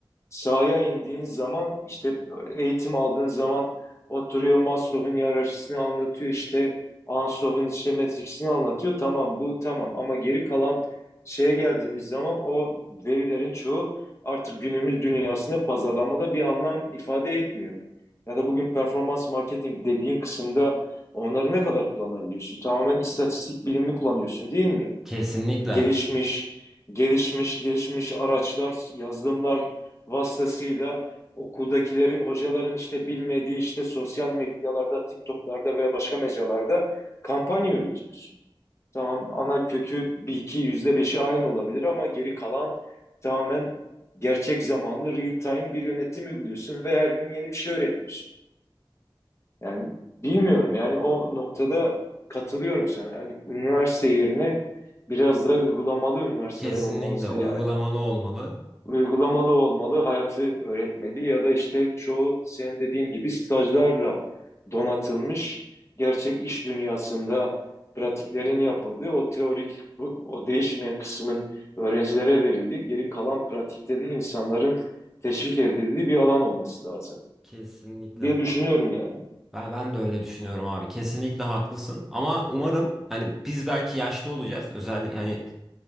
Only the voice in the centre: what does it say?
Kesinlikle.
Kesinlikle
uygulamalı olmalı.
Kesinlikle.
Ben, ben de öyle düşünüyorum abi. Kesinlikle haklısın. Ama umarım hani biz belki yaşlı olacağız. Özellikle hani